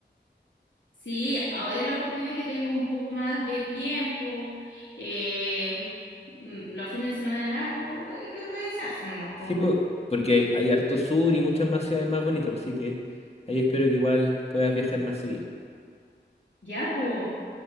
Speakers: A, on the left; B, on the left.
A: Sí, ahora es la oportunidad que tengo un poco más de tiempo. eh, mm, los fines de semana largos, hay que organizarse nomás,
B: Sí,
A: po.
B: pues, porque hay harto sur y muchas más ciudades más bonitas, pues, así que ahí espero que igual puedas viajar más seguido.
A: Ya, po.